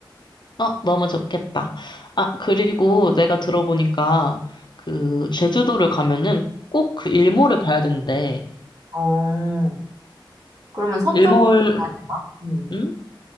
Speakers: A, on the left; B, on the right.
A: 어, 너무 좋겠다. 아, 그리고 내가 들어보니까 그 제주도를 가면은 꼭 그 일몰을 봐야 된대.
B: 어, 그러면 서쪽으로
A: 일몰,
B: 가야 되나? 응.
A: 응?